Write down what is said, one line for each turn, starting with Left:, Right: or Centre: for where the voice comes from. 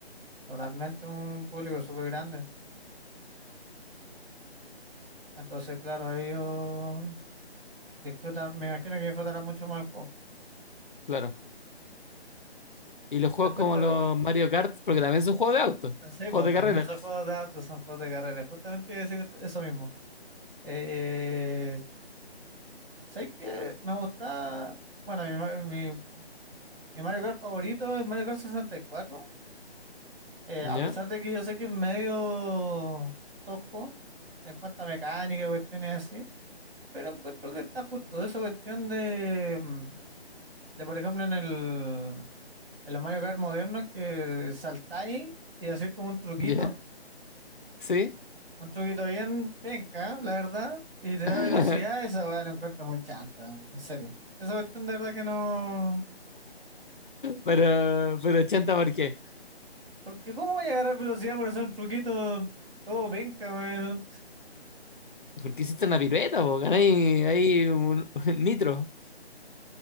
Right: totalmente un público súper grande. Entonces, claro, ellos disfrutan, me imagino que disfrutarán mucho más el juego.
Left: Claro. Y los juegos
Right: Después,
Left: como
Right: está-
Left: los Mario Kart, porque también son juegos de auto,
Right: sí,
Left: juegos
Right: pues,
Left: de
Right: también
Left: carrera.
Right: son juegos de autos, son juegos de carrera. Justamente iba a decir eso mismo. Eh, ¿sabes qué? Me gusta, bueno, mi, ma- mi- mi Mario Kart favorito es el Mario Kart 64. Eh,
Left: ¿Ya?
Right: a pesar de que yo sé que es medio tosco en cuanto a mecánica y cuestiones así, pero encuentro que está justo esa cuestión de, mm, de por ejemplo, en el, En los Mario Kart modernos que saltáis y hacéis como un truquito,
Left: ¿Ya? ¿Sí?
Right: un truquito bien penca, la verdad, y te da
Left: <laughs>
Right: velocidad, esa weá la encuentro muy chanta, en serio. Esa cuestión de verdad que no.
Left: pero, pero chanta, ¿por qué?
Right: Porque ¿cómo voy a agarrar velocidad por hacer un truquito todo penca, weón?
Left: Porque hiciste una pirueta, porque hay, ahí un <laughs> nitro.